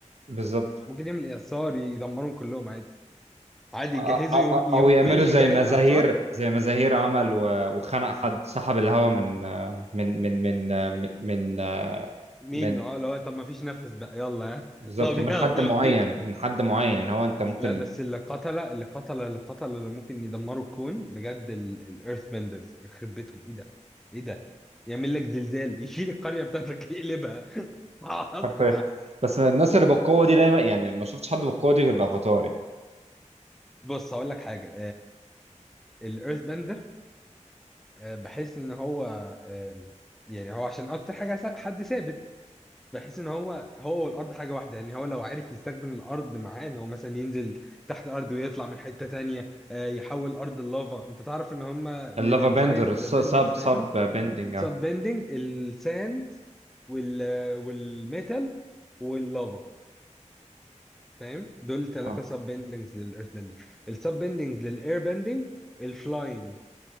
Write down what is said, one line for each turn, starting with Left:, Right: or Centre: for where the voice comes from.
Right: بالظبط
Centre: ممكن يعمل اعصار يدمرهم كلهم عادي عادي
Right: آه،
Centre: يجهزوا
Right: آه،
Centre: يوم...
Right: آه،
Centre: يومين
Right: او يعملوا
Centre: يجهز
Right: زي مزاهير
Centre: اعصار
Right: زي مزاهير عمل و- وخنق حد سحب الهوا من آه، من من من آه، من من, آه،
Centre: منه
Right: من
Centre: اه لو طب ما فيش نفس بقى يلا ها
Right: بالظبط
Centre: <laughs> طب
Right: ومن
Centre: يلا
Right: حد معين
Centre: ما فيش
Right: من حد معين ان هو انت ممكن
Centre: لا بس اللي قتل اللي قتل اللي قتل اللي ممكن يدمروا الكون بجد الايرث بندرز يخرب بيتهم ايه ده ايه ده يعمل لك زلزال يشيل القريه بتاعتك يقلبها <laughs> اسكت
Right: حرفيا بس الناس اللي بالقوه دي دايما يعني ما شفتش حد بالقوه دي غير الافاتار يعني.
Centre: بص هقول لك حاجه الايرث بندر بحس ان هو آه، يعني هو عشان اكتر حاجه سا- حد ثابت بحيث ان هو هو والارض حاجه واحده يعني هو لو عرف يستخدم الارض معاه ان هو مثلا ينزل تحت الارض ويطلع من حته تانية آه، يحول ارض اللافا انت تعرف ان هم
Right: اللافا
Centre: من السايد
Right: بندر
Centre: بيندنج
Right: سب
Centre: بتاعتهم
Right: سب بندنج
Centre: سب
Right: اه
Centre: بيندنج الساند وال والميتال واللافا فاهم دول ثلاثه
Right: آه.
Centre: سب بيندنجز للايرث بيندنج السب بيندنجز للاير بيندنج الفلاينج